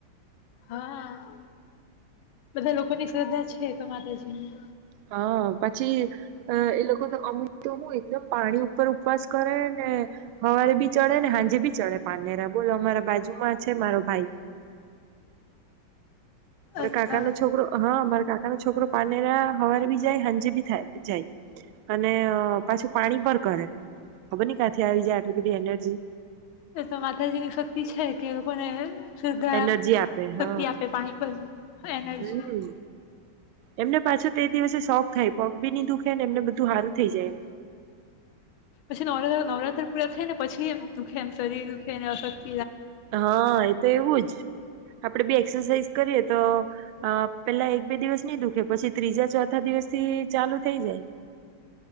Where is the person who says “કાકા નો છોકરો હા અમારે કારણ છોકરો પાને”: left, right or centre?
Right